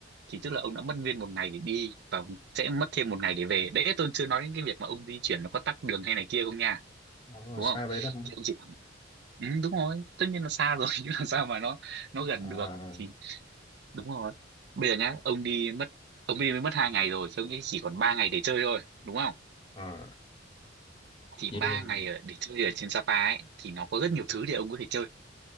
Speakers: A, on the right; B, on the left.
A: thì tức là ông đã mất nguyên một ngày để đi và ông sẽ mất thêm một ngày để về đấy tôi chưa nói đến cái việc mà ông di chuyển nó có tắc đường hay này kia không nha
B: Ồ,
A: đúng
B: xa
A: không
B: vậy đó hả?
A: thì ông chỉ bảo, ừ, đúng rồi tất nhiên là xa rồi <laughs> chứ làm sao mà nó nó gần
B: À,
A: được thì đúng rồi bây giờ nhá ông đi mất ông đi mới mất hai ngày rồi thì ông chỉ còn ba ngày để chơi thôi đúng không
B: à,
A: thì
B: yeah.
A: ba ngày ở- để chơi ở trên Sapa ấy thì nó có rất nhiều thứ để ông có thể chơi